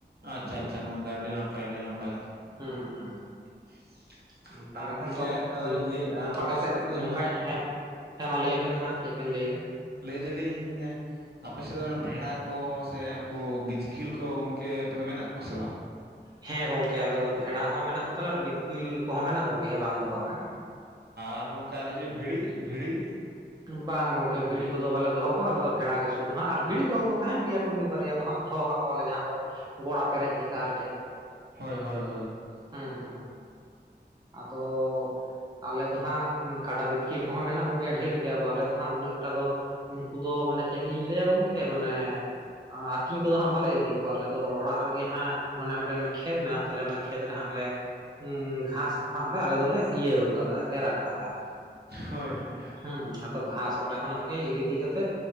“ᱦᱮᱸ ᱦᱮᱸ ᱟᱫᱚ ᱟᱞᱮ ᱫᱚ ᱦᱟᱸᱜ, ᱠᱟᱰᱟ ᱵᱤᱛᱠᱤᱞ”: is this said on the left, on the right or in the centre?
Right